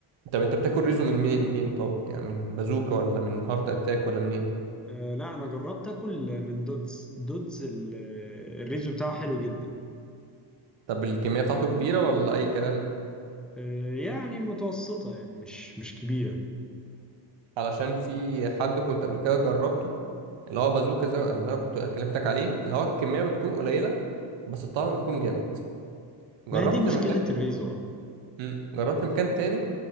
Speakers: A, on the right; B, in the centre.
A: طب انت بتاكل ريزو من منين منين طب يعني من بازوكا ولا من هارت اتاك ولا منين
B: أه لا انا جربت اكل من دودز دودز ال- الريزو بتاعه حلو جدا
A: طب الكميه بتاعته كبيره ولا اي كلام
B: أه يعني متوسطه يعني مش مش كبيره
A: علشان في حد كنت قبل كده جربته اللي هو بازوكا زي اللي انا كنت كلمتك عليه اللي هو الكميه بتكون قليله بس الطعم بيكون جامد جربت
B: ما هي دي مشكله
A: مكان
B: الريزو اه
A: مم. جربت مكان تاني